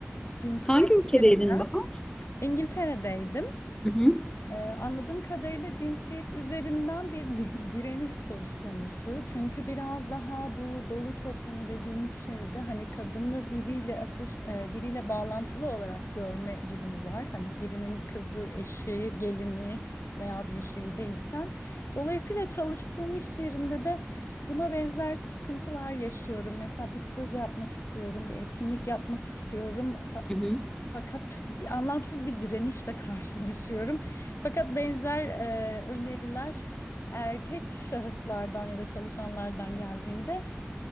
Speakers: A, on the left; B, on the left.
A: cinsiyet
B: Hangi ülkedeydin
A: üzerine
B: Bahar?
A: İngiltere'deydim.
B: Hı hı.
A: Ee, anladığım kadarıyla cinsiyet üzerinden bir di- <laughs> direniş söz konusu. Çünkü biraz daha bu doğu toplumu dediğimiz şeyde hani kadını biriyle aseş- e, biriyle bağlantılı olarak görme durumu var. Hani birinin kızı, eşi, gelini veya bir şeyi değilsen. Dolayısıyla çalıştığım iş yerinde de buna benzer sıkıntılar yaşıyorum. Mesela bir proje yapmak istiyorum, bir etkinlik yapmak istiyorum.
B: Hı hı.
A: Fakat anlamsız bir direnişle karşılaşıyorum. Fakat benzer e, öneriler erkek şahıslardan ya da çalışanlardan geldiğinde